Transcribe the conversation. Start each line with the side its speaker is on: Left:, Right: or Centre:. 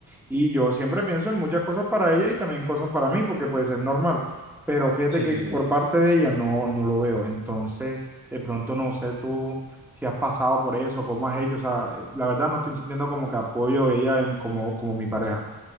Centre: Y yo siempre pienso en muchas cosas para ella y también cosas para mí, porque pues es normal. Pero fíjate
Right: sí,
Centre: que
Right: sí,
Centre: por
Right: sí.
Centre: parte de ella no, no lo veo. Entonces, de pronto no sé tú si has pasado por eso, cómo has hecho. O sea, eh, la verdad no estoy
Right: Em,
Centre: sintiendo como que apoyo de ella en como, como mi pareja.